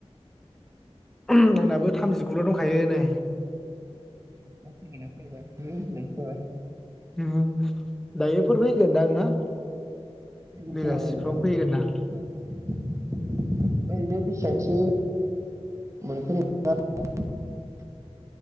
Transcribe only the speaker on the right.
<unintelligible> <unintelligible> होननायसो जाबाय
फैगोनखोमा
ओं दाहाय
उ ओरैनो बेसिबांसो मोनखो <unintelligible>